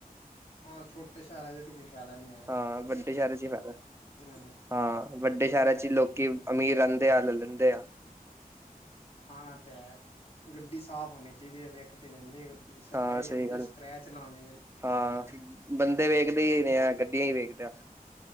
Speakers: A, on the left; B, on the right.
A: ਹਾਂ ਛੋਟੇ ਸ਼ਹਿਰ ਰਾਜੇ ਕੋਈ ਫਾਇਦਾ ਨਹੀਂ ਆ।
B: ਹਾਂ ਵੱਡੇ ਸ਼ਹਿਰਾਂ ਚ ਫ
A: ਹੁੰਦੇ
B: ਹਾਂ ਵੱਡੇ ਸ਼ਹਿਰਾਂ ਚ
A: ਠੀਕ
B: ਲੋਕੀ
A: ਹੈ
B: ਅਮੀਰ ਅੰ <unintelligible>
A: ਹਾਂ ਤੇ ਹੈ ਗੱਡੀ ਸਾਫ਼ ਹੋਣੀ ਚਾਹੀਦੀ ਹੈ ਇੱਕ ਤੇ ਜਾਂਦੇ ਆ ਟੀਸਫਾਈ
B: ਹਾਂ ਸਹੀ
A: ਹੋਣੀ ਜੀ
B: ਗੱਲ
A: ਸਕ੍ਰੈਚ ਨਾ ਹੋਣੀ ਜ
B: ਹਾਂ
A: ਹੋਣਾ ਚਾਹੀਦਾ।
B: ਬੰਦੇ ਵੇਖਦੇ ਹੀ ਨੇ ਆ ਗੱਡੀਆਂ ਹੀ ਵੇਖਦੇ ਆ